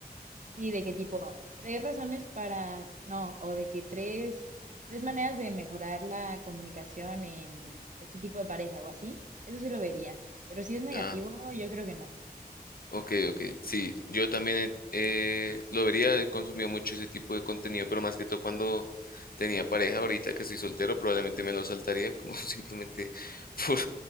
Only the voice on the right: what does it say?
sí, de que tipo, tres razones para, no, o de que tres, tres maneras de mejorar la comunicación en este tipo de pareja o así, eso sí lo vería. Pero si es negativo,
yo creo que no.